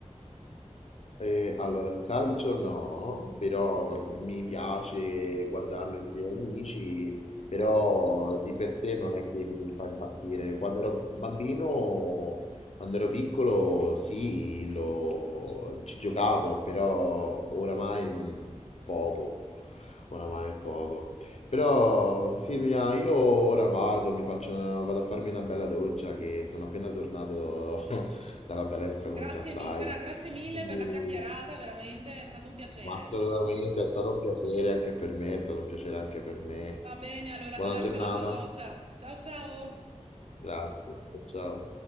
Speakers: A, on the left (about 65°); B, on the right (about 55°).
A: Ehm, allora il calcio no, però va mi piace guardarlo insieme agli amici, però di per sé non è che mi fa impazzire. Quando ero b bambino, quando ero piccolo sì, lo ci giocavo, però oramai, mhmm, poco. Oramai poco. Però Silvia, io ora vado, mi faccio una vado a farmi una bella doccia che sono appena tornato <laughs> dalla palestra come
B: Grazie,
A: già sai.
B: mi- gra- grazie mille
A: Quindi,
B: per la chiacchierata, veramente è stato un piacere.
A: ma assolutamente è stato un piacere anche per me, è stato un piacere anche per me.
B: Va bene, allora
A: Buona
B: ti lascio
A: giornata.
B: la tua doccia. Ciao ciao!
A: Grazie. Ciao.